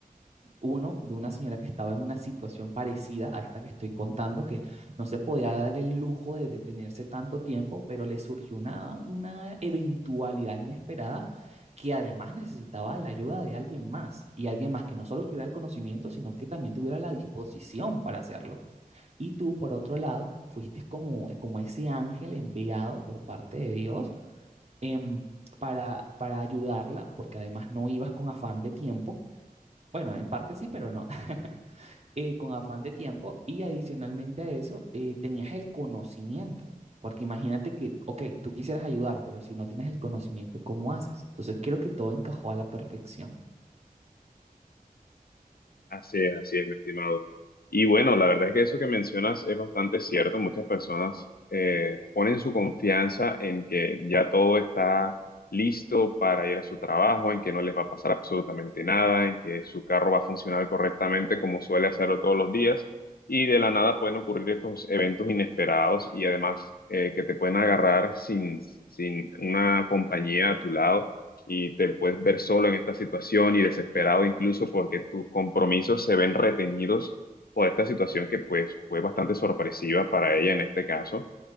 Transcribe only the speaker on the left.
Así es, así es, mi estimado. Y bueno, la verdad es que eso que mencionas es bastante cierto. Muchas personas eh, ponen su confianza en que ya todo está listo para ir a su trabajo, en que no les va a pasar absolutamente nada, en que su carro va a funcionar correctamente como suele hacerlo todos los días. Y de la nada pueden ocurrir estos eventos inesperados y además eh, que te pueden agarrar sin, sin una compañía a tu lado y te puedes ver solo en esta situación y desesperado incluso porque tus compromisos se ven retenidos por esta situación que pues fue bastante sorpresiva para ella en este caso.